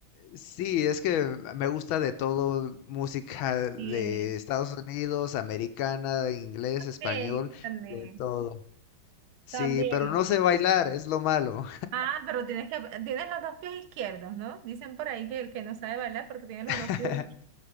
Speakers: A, on the left; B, on the right.
A: Sí, es que me gusta de todo, música de
B: Sí,
A: Estados Unidos, americana, inglés, español,
B: también, también,
A: de todo. Sí,
B: también.
A: pero no sé bailar, es lo malo.
B: Ah, pero tienes que, tienes los dos pies izquierdos, ¿no? Dicen por ahí que el que no sabe bailar porque tiene los
A: <laughs>
B: dos pies